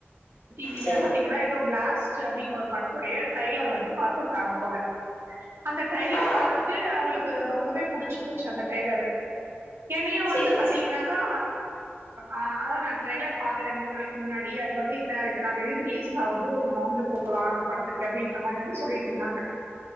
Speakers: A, on the right; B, on the left.
A: டி வி
B: சேரிங்க
A: ல பாத்தீங்கன்னா எதோ பிளாஸ் ட் அப்டின்னு ஒரு படத்தோடைய ட்ரைய்லர் வந்து பாத்ருக்காங்க போல அந்த ட்ரைய்லர்
B: ஆ
A: பாத்துட்டு அவுங்ளுக்கு ரொம்பவே புடிச்சி போச்சி அந்த டெய்லரு என்னையு
B: சேரிங்க
A: வந்து பாத்தீங்கன்னாக்கா
B: சேரி
A: ஆஹ் அதா நா ட்ரெய்லர் பாத்தே ரெண்டு மூணு நாளைக்கு முன்னாடி அது வந்து இத்தனா தேதி ரிலீஸ் ஆவுது நம்ப வந்து போலா அந்த படத்துக்கு அப்டின்ற மாரி வந்து சொல்லிட்ருந்தாங்க